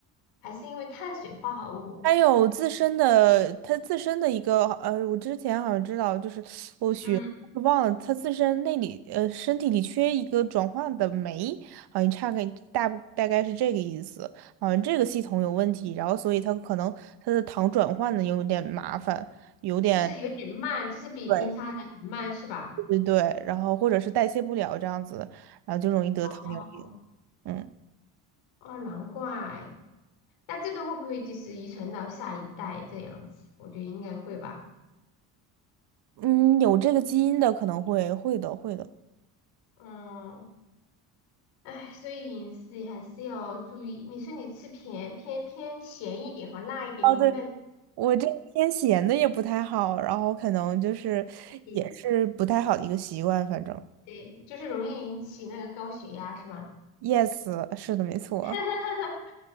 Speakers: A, on the left; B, on the right.
A: 还是因为碳水化合物？
B: 还有自身的，他自身的一个，呃，我之前好像知道，就是我学忘了，
A: 嗯，
B: 他自身那里，呃，身体里缺一个转换的酶，好像差个大大概是这个意思。好像这个系统有问题，然后所以他可能他的糖转换的有点麻烦，有点
A: 就是有点慢，就是比平常人很慢，
B: 对
A: 是吧？
B: 对对，然后或者是代谢不了这样子，然后就容易得糖尿病。
A: 哦，
B: 嗯
A: 哦，难怪。那这个会不会就是遗传到下一代这样子？我觉得应该会吧。
B: 嗯，有这个基因的可能会会的会的。
A: 嗯，哎，所以饮食也还是要注意。你说你吃偏偏偏咸一点和辣一点，
B: 哦，
A: 你那
B: 对，我这个天闲的也不太好，然后可能就是也是不太好的一个习惯，
A: 你
B: 反正。
A: 对，就是容易引起那个高血压是吧？
B: Yes，是的，没错。
A: <laughs>